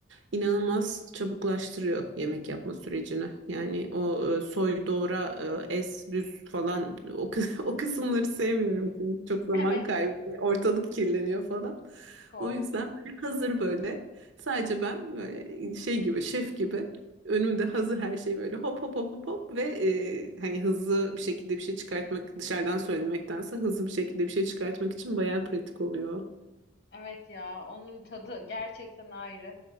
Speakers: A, on the right (about 80°); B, on the left (about 55°).
A: İnanılmaz çabuklaştırıyor yemek yapma sürecini. Yani o e, soy doğra e, ez büz falan o, kı- <laughs> o kısımları sevmiyorum. Çünkü Çok zaman
B: Evet,
A: kaybı, ortalık kirleniyor falan.
B: çok.
A: O yüzden böyle hazır böyle. Sadece ben böyle şey gibi şef gibi önümde hazır her şey böyle hop hop hop hop hop ve e, hani hızlı bir şekilde bir şey çıkartmak dışarıdan söylemektense hızlı bir şekilde bir şey çıkartmak için bayağı pratik oluyor.
B: Evet ya onun tadı gerçekten ayrı.